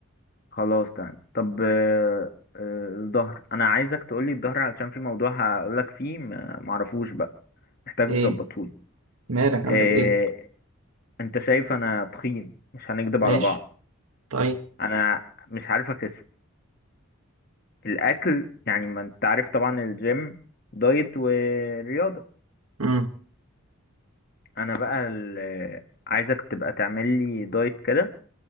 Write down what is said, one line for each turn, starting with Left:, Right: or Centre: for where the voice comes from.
Left: خلاص تمام طب آه، آه، الظهر انا عايزك تقولي الظهر علشان في موضوع هقولك فيه ما- معرفوش بقى محتاج
Right: إيه
Left: تظبطهولي
Right: مالك عندك
Left: إيه
Right: إيه
Left: انت شايف انا تخين مش هنكدب
Right: ماشي
Left: على بعض
Right: طيب
Left: انا مش عارف اخس الاكل يعني ما انت عارف طبعا الجيم دايت ورياضة
Right: مم.
Left: انا بقى ال- عايزك تبقى تعمل لي دايت كده